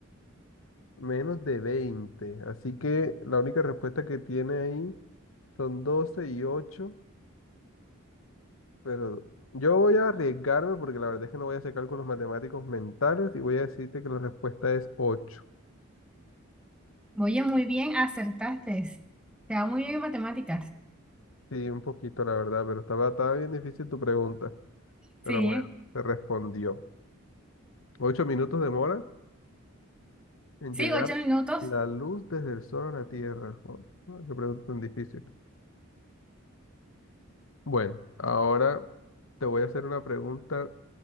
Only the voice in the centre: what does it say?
Oye, muy bien, acertaste. Te va muy bien en matemáticas.
Sí,
sí,
ocho minutos.